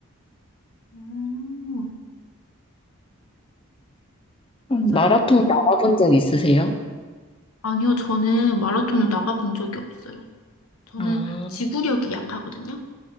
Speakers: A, on the left; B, on the left.
A: 음. 맞아요.
B: 음, 마라톤 나가본 적 있으세요?
A: 아니요, 저는 마라톤을 나가본 적이 없어요. 저는
B: 아,
A: 지구력이 약하거든요.